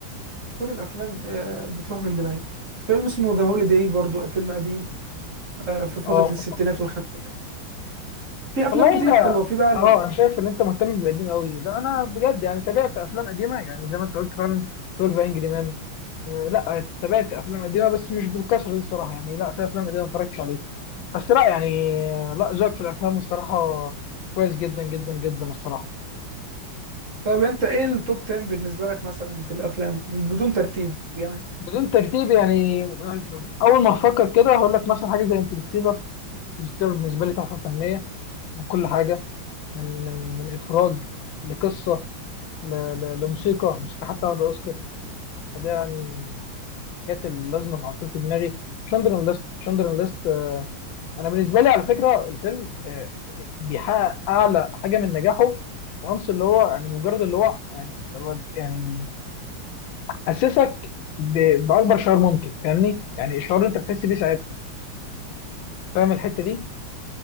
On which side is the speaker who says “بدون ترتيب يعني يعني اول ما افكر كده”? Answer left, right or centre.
Left